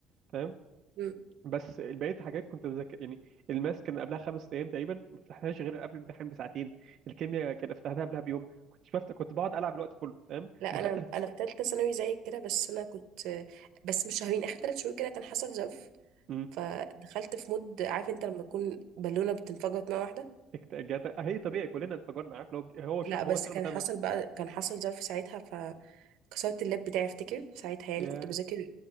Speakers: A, on the right; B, on the right.
A: تمام.
B: مم.
A: بس بقيه الحاجات كنت بذاكر يعني الماس كان قبلها خمس ايام تقريبا ما فتحناش غير قبل الامتحان بساعتين الكيمياء كان فتحناها قبلها بيوم كنت بفتح كنت بقعد العب الوقت كله تمام
B: لا
A: دخلت
B: انا
A: ال-
B: انا في ثالثه ثانوي زيك كده بس انا كنت بس مش شهرين اخر ثلاث شهور كده كان حصل جف
A: امم
B: فدخلت في مود عارف انت لما تكون بالونه بتنفجر مره واحده
A: اكت- جت- آه، هي طبيعي كلنا انفجرنا عارف لو هو ش...
B: لا
A: هو
B: بس
A: سنه
B: كان
A: متابعه
B: حصل بقى كان حصل جف ساعتها فكسرت اللاب بتاعي افتكر ساعتها يعني
A: ياه
B: كنت بذاكر